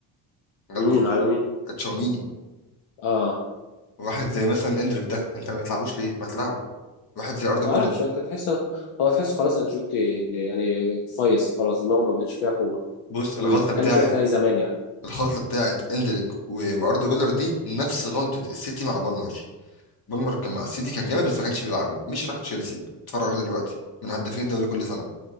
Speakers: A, on the left; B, on the left.
A: جالكوا
B: مين
A: ازاي
B: على مين
A: تشاوميني
B: اه
A: واحد زي مثلا اندريك ده انت ما بتلعبوش ليه ما تلعبه واحد زي اردا
B: ما
A: جولر
B: اعرفش انت تحس هو تحس خلاص انشيلوتي يعني فايص خلاص دماغه ما بقتش فيها كوره
A: بص الغلطه
B: ما كانش
A: بتاعه
B: زي زمان يعني
A: الخلطه بتاعت اندريك و- واردا جولر دي نفس غلطه السيتي مع بالمر بالمر كان مع السيتي كان جامد بس ما كانش بيلعبه مش راح تشيلسي اتفرج عليه دلوقتي من هدافين الدوري كل سنه